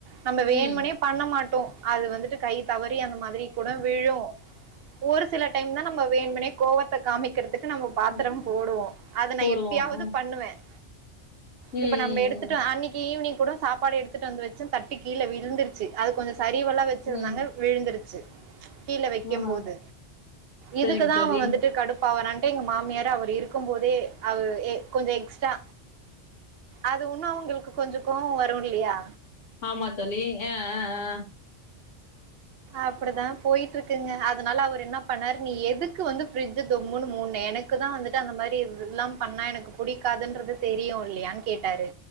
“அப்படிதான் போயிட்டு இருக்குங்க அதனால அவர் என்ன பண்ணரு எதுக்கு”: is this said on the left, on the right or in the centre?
Right